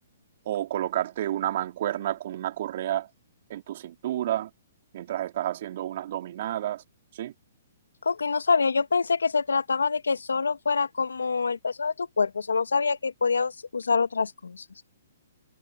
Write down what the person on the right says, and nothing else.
o colocarte una mancuerna con una correa en tu cintura mientras estás haciendo unas dominadas, ¿sí?